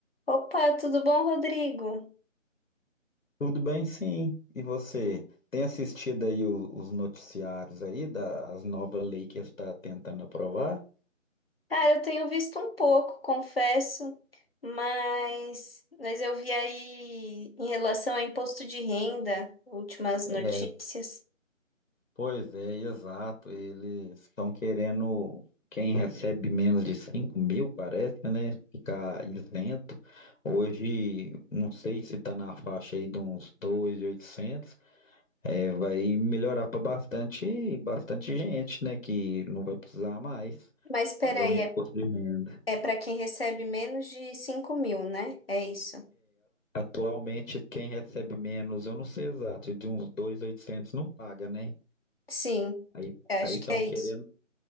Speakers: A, on the left; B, on the left.
A: Opa, tudo bom, Rodrigo?
B: Tudo bem, sim. E você tem assistido aí o- os noticiários aí das novas leis que está tentando aprovar?
A: Cara, eu tenho visto um pouco, confesso, mas, mas eu vi aí em relação a imposto de renda, últimas
B: É,
A: notícias.
B: pois é, exato. Eles estão querendo quem recebe menos de 5 mil, parece, né? Ficar isento. Hoje, não sei se está na faixa aí de uns 2.800. É, vai melhorar para bastante, bastante gente, né? Que não vai precisar mais
A: Mas peraí,
B: pagar o imposto
A: é,
B: de renda.
A: é para quem recebe menos de 5 mil, né? É isso.
B: Atualmente, quem recebe menos, eu não sei exato, de uns 2.800 não paga, né?
A: Sim,
B: Aí
A: eu acho
B: aí estão
A: que é
B: querendo,
A: isso.